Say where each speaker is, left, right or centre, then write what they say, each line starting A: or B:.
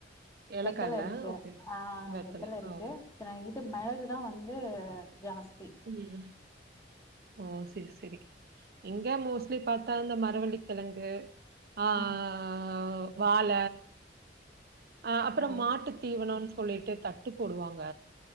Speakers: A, on the right (about 55°); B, on the left (about 15°).
A: ஏலக்கா
B: வெத்தல
A: இல்ல.
B: இருக்கு
A: ஓகே, ஓகே.
B: ஆஹ் வெத்தல இருக்கு
A: ஓ!
B: <unintelligible> இது மெள இதுதா வந்து ஜாஸ்
A: ம் ஓ செரி செரி எங்க மோஸ்ட்லி பாத்தா இந்தந்த மரவள்ளி கெழங்கு ஆ ஆ
B: ம்
A: ஆ ஓ வாழ ஆ அப்புறோ
B: ஓ
A: மாட்டுத் தீவனோன்னு சொ சொல்லிட்டு தட்டு போடுவாங்க